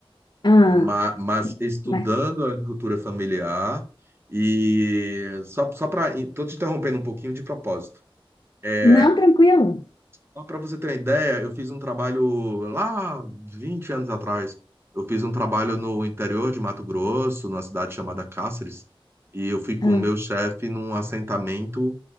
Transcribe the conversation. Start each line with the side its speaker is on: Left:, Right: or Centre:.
Left: ah,
Right: Ma- Mas, estudando
Left: mas
Right: a agricultura familiar e só, só para. Estou te interrompendo um pouquinho de propósito. É,
Left: não tranquilo.
Right: só para você ter uma ideia, eu fiz um trabalho lá 20 anos atrás. Eu fiz um trabalho no interior de Mato Grosso, numa cidade chamada Cáceres, e eu fui com
Left: Ah,
Right: o meu chefe num assentamento,